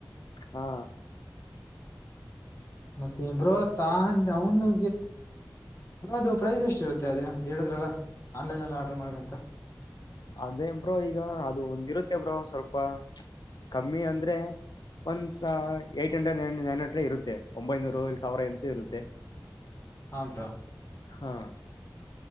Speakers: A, on the left; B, on the left.
A: ಹಾ
B: ಮತ್ತೆನ್ ಬರ ತಂದ ಅವನು ಅದು ಪ್ರೈಸ್ ಎಷ್ಟ ಇರುತ್ತೆ ಅದ ಹೇಳದ್ರಲ್ಲ ಆನ್ಲೈನ್ಲ್ಲಿ ಆರ್ಡ್ರ ಮಾಡ್ವಿ ಅಂತ
A: ಅದೇ ಬ್ರೋ ಈಗ ಅದು ಒಂದಿರುತ್ತೆ ಬ್ರೋ ಸ್ವಲ್ಪ ಕಮ್ಮಿ ಅಂದ್ರೆ ಒಂದ ಏಟ್ ಹಂಡ್ರೆಡ್ ನೈನ್ ಹಂಡ್ರೆಡ್ ಇರುತ್ತೆ ಒಂಬೈನೂರು ಇ ಸಾವಿರ ಇಂತ ಇರುತ್ತೆ
B: ಹಮಾ
A: ಹಾ